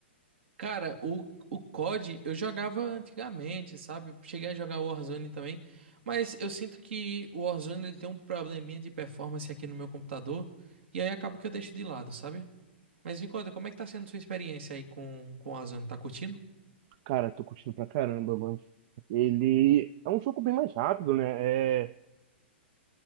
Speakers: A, on the right; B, on the right.
A: Cara, o, o COD eu jogava antigamente, sabe? Cheguei a jogar o Warzone também, mas eu sinto que o Warzone ele tem um probleminha de performance aqui no meu computador e aí acaba que eu deixo de lado, sabe? Mas me conta, como é que tá sendo sua experiência aí com, com o Warzone? Tá curtindo?
B: Cara, tô curtindo pra caramba, mano. Ele é um jogo bem mais rápido, né? É,